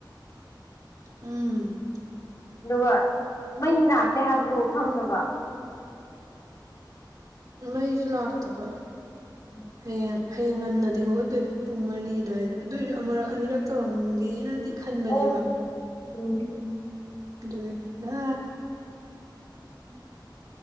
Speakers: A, on the right; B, on the left.
A: ꯎꯝ
B: ꯑꯗꯨꯒ ꯃꯩ ꯂꯥꯛꯀꯦ ꯍꯥꯏꯕꯗꯨꯣ ꯐꯪꯅꯕ
A: ꯃꯩꯁꯨ ꯂꯥꯛꯇꯒ
B: ꯎꯝ
A: ꯍꯌꯦꯡ ꯍꯌꯦꯡ ꯉꯟꯅꯗꯤ ꯍꯧꯒꯠꯇꯣꯏꯅꯦ ꯄꯨꯡ ꯃꯔꯤ ꯑꯗꯨꯋꯥꯏꯗ ꯑꯗꯨꯑꯣꯏꯁꯨ ꯑꯃꯨꯔꯛ ꯑꯅꯤꯔꯛ ꯇꯧꯔꯝꯒꯦꯅꯗꯤ ꯈꯟꯕꯅꯦꯕ
B: ꯑꯣ ꯎꯝ
A: ꯗꯨꯦꯟꯗ
B: <unintelligible> ꯎꯝ